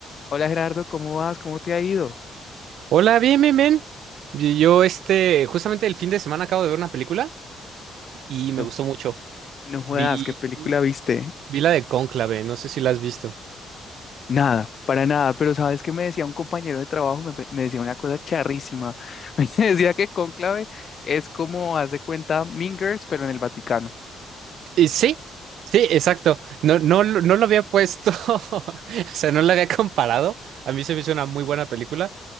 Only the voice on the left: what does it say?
Hola Gerardo, ¿cómo vas? ¿Cómo te ha ido?
No,
no jodas,
¿qué película viste?
Nada, para nada, pero ¿sabes qué me decía un compañero de trabajo? Me, me decía una cosa charrísima. <laughs> Me decía que Cónclave es como, haz de cuenta, Mean Girls, pero en el Vaticano.